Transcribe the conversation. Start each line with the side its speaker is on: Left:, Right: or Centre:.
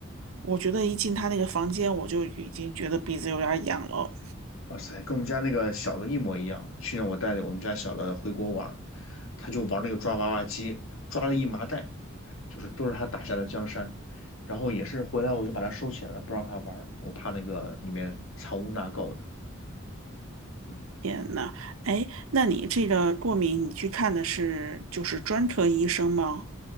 Right: 我觉得一进他那个房间，我就已经觉得鼻子有点儿痒了。
Left: 哇塞，跟我们家那个小的一模一样。去年我带着我们家小的回国玩儿，他就玩那个抓娃娃机，抓了一麻袋，就是都是他打下的江山。然后也是回来我就把它收起来了，不让他玩儿，我怕那个里面藏污纳垢的。嗯，
Right: 天呐，哎，那你这个过敏，你去看的是就是专科医生吗？